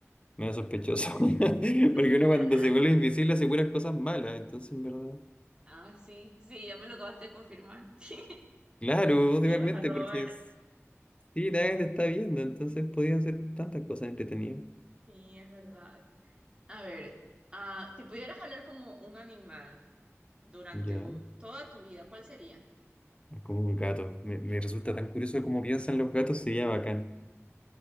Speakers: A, on the left; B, on the right.
A: medio sospechoso. <laughs> Porque
B: <laughs>
A: uno cuando se vuelve invisible asegura cosas malas, entonces en verdad.
B: Ah, sí, sí, ya me lo acabaste de confirmar. <laughs>
A: Claro, totalmente,
B: Que ibas a robar.
A: porque es- sí, nadie te está viendo, entonces podía hacer tantas cosas entretenidas.
B: Sí, es verdad. A ver, ah, si pudieras hablar como un animal durante
A: Ya,
B: u- toda tu vida, ¿cuál sería?
A: como un gato. Me, me resulta tan curioso cómo piensan los gatos, sería bacán.